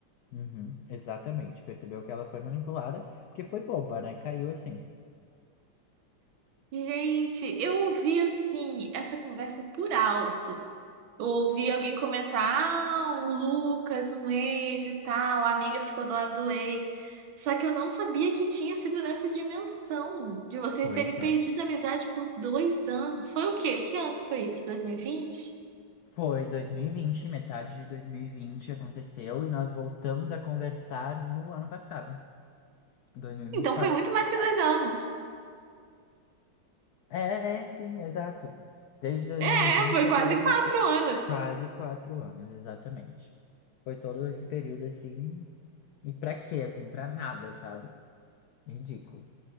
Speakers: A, on the left (about 80°); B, on the right (about 75°).
A: Uhum, exatamente. Percebeu que ela foi manipulada, porque foi boba, né? Caiu assim.
B: Gente, eu ouvi assim essa conversa por alto. Eu ouvi alguém comentar, ah, o Lucas, um ex e tal, a amiga ficou do lado do ex. Só que eu não sabia que tinha sido nessa dimensão de vocês
A: Pois
B: terem
A: é.
B: perdido a amizade por dois anos. Foi o quê? Que ano que foi isso? dois mil e vinte
A: Foi 2020, metade de 2020 aconteceu e nós voltamos a conversar no ano passado, 2024.
B: Então foi muito mais que dois anos.
A: É, é, sim, exato. Desde dois
B: É,
A: mil e vinte
B: foi
A: até
B: quase
A: dois mil
B: quatro
A: e e vinte e quatro,
B: anos.
A: Quase quatro anos, exatamente. Foi todo esse período assim. E pra quê, assim? Pra nada, sabe? Ridículo,